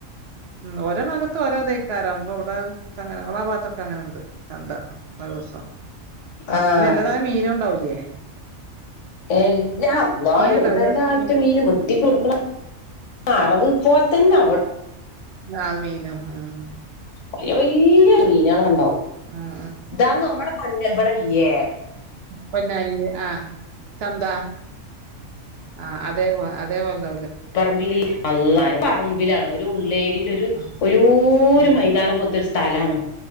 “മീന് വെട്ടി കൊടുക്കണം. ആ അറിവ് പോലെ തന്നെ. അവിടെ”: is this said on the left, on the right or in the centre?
Left